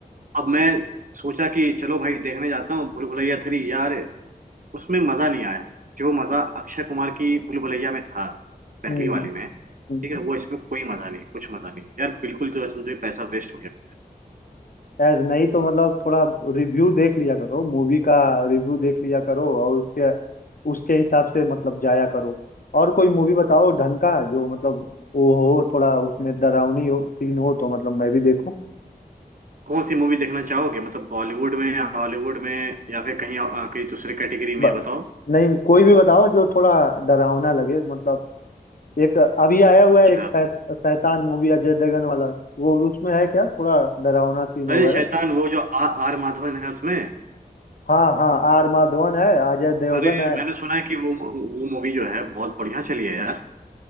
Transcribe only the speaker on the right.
अब मैं सोचा कि चलो भाई देखने जाता हूँ भूल भुलैया थ्री यार उसमें मजा नहीं आया जो मजा अक्षय कुमार की भूल भुलैया में था पहली
वाली में ठीक
है वो इसमें कोई मजा नहीं कुछ मजा नहीं है यार बिल्कुल जो है समझो पैसा वेस्ट हो गया मेरा इसमें।
कौन सी मूवी देखना चाहोगे मतलब बॉलीवुड में या हॉलीवुड में या फिर कहीं अ, कहीं दूसरी कैटेगरी
में बताओ
अच्छा
अरे
शैतान वो जो आ, आर माधवन है उसमें
अरे
मैंने सुना है कि वो वो मूवी जो है बहुत बढ़िया चली है यार